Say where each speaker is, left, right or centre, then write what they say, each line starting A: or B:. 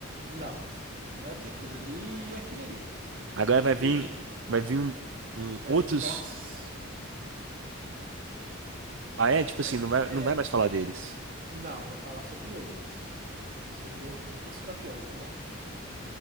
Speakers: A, on the right; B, on the right.
A: Não. Não vai ter aquilo ali e aquilo ali.
B: Agora
A: É início,
B: vai vir,
A: meio e fim.
B: vai vir um, um-
A: Vai
B: outros.
A: vir de Nox.
B: Ah, é? Tipo assim,
A: É,
B: não vai,
A: é.
B: não vai mais falar deles.
A: Não, vai falar sobre outros. Sobre o- outros campeões do LoL.